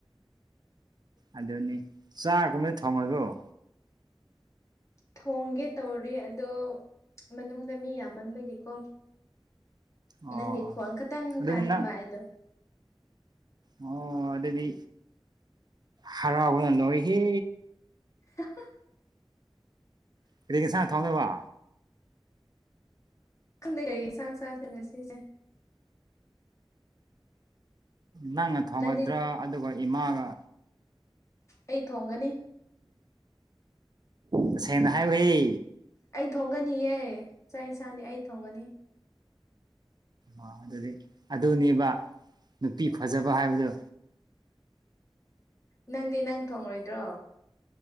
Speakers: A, on the right; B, on the left.
A: ꯑꯗꯨꯅꯤ ꯆꯥꯛꯒꯨꯝꯕꯗꯤ ꯊꯣꯡꯉꫭꯏꯗ꯭ꯔꫭ
B: ꯊꯣꯡꯒꯦ ꯇꯧꯔꯤ ꯑꯗꯣ ꯃꯅꯨꯡꯗ ꯃꯤ ꯌꯥꯝꯃꯟꯕꯒꯤꯀꯣ
A: ꯑꯣ
B: ꯅꯪꯒꯤ ꯈꯣꯟ ꯈꯇꯪ
A: ꯑꯗꯨꯅ
B: ꯇꯥꯅꯤꯡꯕ
A: ꯅꯪ
B: ꯑꯩꯗꯣ
A: ꯑꯣ ꯑꯗꯨꯗꯤ ꯍꯔꯥꯎꯕꯅ ꯂꯣꯏꯍꯦ
B: <unintelligible>
A: ꯀꯔꯤ ꯏꯟꯁꯥꯡ ꯊꯣꯡꯗꫭꯕ
B: ꯈꯪꯗꯦ ꯀꯔꯤ ꯏꯟꯁꯥꯡ ꯆꯥꯁꯤꯔꯥ ꯉꯁꯤꯁꯦ
A: ꯅꯪꯅ ꯊꯣꯡꯉꯗ꯭ꯔ
B: ꯅꯪꯗꯤ
A: ꯑꯗꯨꯒ ꯏꯃꯥꯒ
B: ꯑꯩ ꯊꯣꯡꯒꯅꯤ
A: ꯇꯁꯦꯡꯅ ꯍꯥꯏꯌꯣꯍꯦ
B: ꯑꯩ ꯊꯣꯡꯒꯅꯤꯌꯦ ꯆꯥꯛ ꯏꯟꯁꯥꯡꯗꯤ ꯑꯩ ꯊꯣꯡꯒꯅꯤ
A: ꯑꯥ ꯑꯗꯨꯗꯤ ꯑꯗꯨꯅꯦꯕ ꯅꯨꯄꯤ ꯐꯖꯕ ꯍꯥꯏꯕꯗꯣ
B: ꯅꯪꯗꯤ ꯅꯪ ꯊꯣꯡꯂꯣꯏꯗ꯭ꯔꯣ